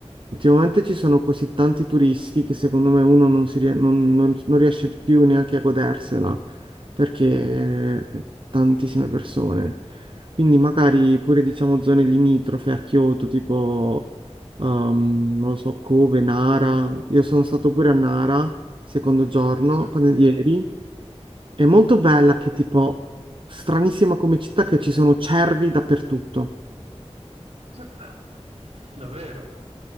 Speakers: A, on the right; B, on the right.
A: ultimamente ci sono così tanti turisti che secondo me uno non, si rie- non- non- non riesce più neanche a godersela, perché
B: Mhm.
A: eh, tantissime persone. Quindi magari pure diciamo zone limitrofe a Kyoto, tipo, um, non lo so, Kobe, Nara. Io sono stato pure a Nara, secondo giorno,
B: Sì.
A: quando- ieri. È molto bella che tipo stranissima come città che ci sono cervi dappertutto.
B: <laughs> Davvero?